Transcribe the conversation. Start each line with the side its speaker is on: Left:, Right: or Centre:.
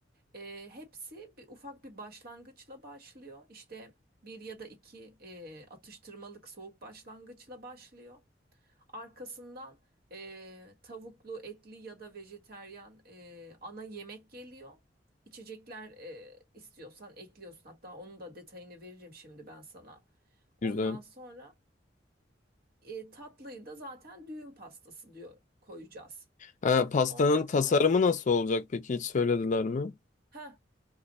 Right: E, hepsi bir ufak bir başlangıçla başlıyor. İşte bir ya da iki e, atıştırmalık soğuk başlangıçla başlıyor. Arkasından eee, tavuklu, etli ya da vejeteryan eee, ana yemek geliyor. İçecekler eee, istiyorsan ekliyorsun. Hatta onun da detayını veririm şimdi ben sana. Ondan
Left: Güzel.
Right: sonra eee, tatlıyı da zaten düğün pastası diyor koyacağız.
Left: Ha, pastanın
Right: Ondan sonra
Left: tasarımı nasıl olacak peki? Hiç söylediler mi?
Right: ha